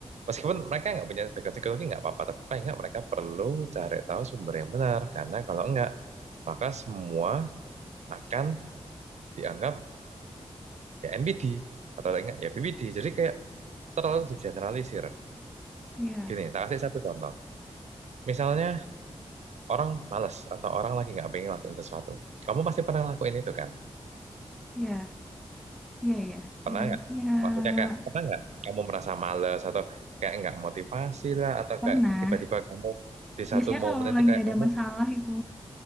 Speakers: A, on the right; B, in the centre.
A: meskipun mereka nggak punya background psikologi nggak apa-apa, tapi paling nggak mereka perlu cari tahu sumber yang benar karena kalau nggak maka semua akan dianggap ya NPD atau enggak ya BPD jadi kayak terlalu digeneralisir
B: ya,
A: gini tak kasih satu contoh misalnya orang malas atau orang lagi nggak pengen lakuin sesuatu kamu pasti pernah lakuin itu kan
B: ya, ya, ya,
A: pernah
B: ya,
A: nggak
B: iya,
A: maksudnya kayak pernah nggak kamu merasa malas atau kayak nggak motivasi lah atau
B: pernah.
A: kayak tiba-tiba kamu di satu
B: Biasanya
A: momen
B: kalau
A: itu
B: lagi
A: kayak
B: ada
A: kamu
B: masalah itu,